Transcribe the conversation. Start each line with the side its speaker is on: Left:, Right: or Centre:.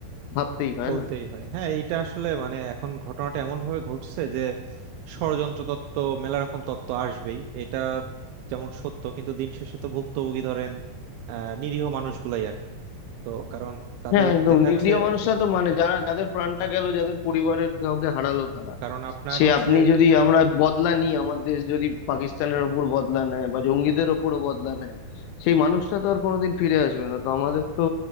Left: ভাবতেই হয়
Right: বলতেই
Left: না
Right: হয় হ্যাঁ এইটা আসলে মানে এখন ঘটনাটা এমন ভাবে ঘটছে যে ষড়যন্ত্র তত্ত্ব মেলা রকম তত্ত্ব আসবেই এটা যেমন সত্য কিন্তু দিন শেষে তো ভুক্তভোগী ধরেন আহ নিরীহ মানুষগুলাই আর কি তো কারণ তাদের
Left: হ্যাঁ একদম
Right: দেখা
Left: নিরীহ
Right: যাচ্ছে
Left: মানুষরা তো মানে যারা যাদের প্রাণটা গেল যাদের পরিবারের কাউকে হারালো তারা
Right: কারণ আপনার
Left: সে
Right: হচ্ছে
Left: আপনি যদি আমরা বদলা নিই আমার দেশ যদি পাকিস্তানের ওপর বদলা নেয় বা জঙ্গিদের ওপরও বদলা নেয় সেই মানুষটা তো আর কোনোদিন ফিরে আসবে না তো আমাদের
Right: আহ,
Left: তো